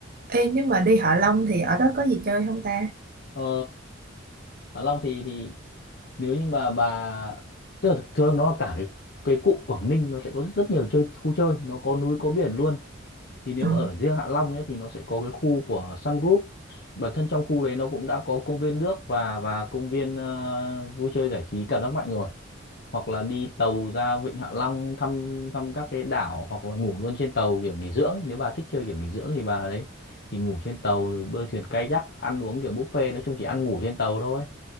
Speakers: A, on the right (about 45°); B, on the left (about 55°).
A: Ê, nếu mà đi Hạ Long thì ở đó có gì chơi không ta?
B: Ờ Hạ Long thì thì nếu như mà bà tức là thực thường nó cả cái cái cụm Quảng Ninh nó sẽ có rất, rất nhiều chơi khu chơi nó có núi có biển luôn thì nếu
A: Ờ,
B: mà ở riêng Hạ Long nhé thì nó sẽ có cái khu của Sun Group bản thân trong khu đấy nó cũng đã có công viên nước và và công viên ờ, vui chơi giải trí cảm giác mạnh rồi hoặc là đi tàu ra Vịnh Hạ Long thăm thăm các cái đảo hoặc là ngủ luôn trên tàu kiểu nghỉ dưỡng ấy. nếu bà thích chơi kiểu nghỉ dưỡng thì bà đấy thì ngủ trên tàu rồi bơi thuyền kayak ăn uống kiểu buffet nói chung chỉ ăn ngủ trên tàu thôi